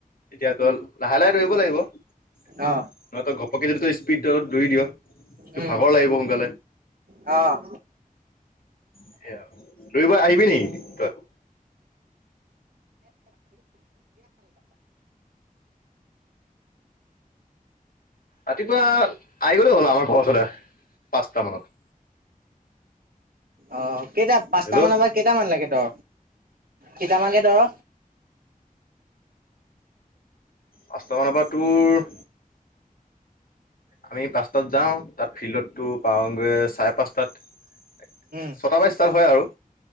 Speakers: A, on the left; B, on the right.
A: এতিয়া তোৰ লাহে লাহে দৌৰিব লাগিব। নহয়
B: অ
A: তই ঘপকে যদি তই স্পীড দৌৰত দৌৰি দিয়। তোৰ
B: উম
A: ভাগৰ লাগিব সোনকালে
B: অ',
A: সেয়া আৰু দৌৰিব আহিবি নেকি তই? ৰাতিপুৱা আহি গ'লে হ'ল আমাৰ ঘৰৰ ওচৰলে পাচটা মানত।
B: অহ কেইটা পাঁচটা
A: হেল্ল'
B: মানৰ পৰা কেইটামান লাগে তো। কেইটামানকে দৌৰ।
A: পাঁচটা মানৰ পৰা তোৰ। আমি পাঁচটাত যাওঁ তাত ফিল্ডটো তো পাওঁগৈ চাৰে পাঁচটাত। ছটাৰ
B: উম
A: পৰা ষ্টাৰ্ট হয় আৰু।